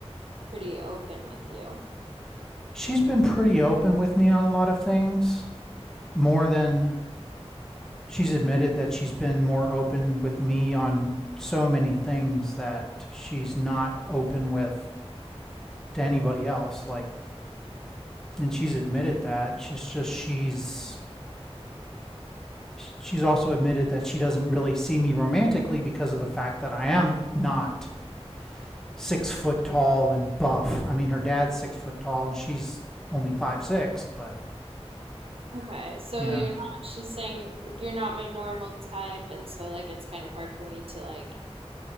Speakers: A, on the right; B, in the centre.
A: pretty open with you?
B: She's been pretty open with me on a lot of things, more than she's admitted that she's been more open with me on so many things that she's not open with to anybody else like and she's admitted that she's just she's she's also admitted that she doesn't really see me romantically because of the fact that I am not six foot tall and buff. I mean, her dad's six foot tall and she's only five six, but
A: Okay, so
B: you know,
A: you're not, she's saying you're not my normal type, and so like it's kind of hard for me to like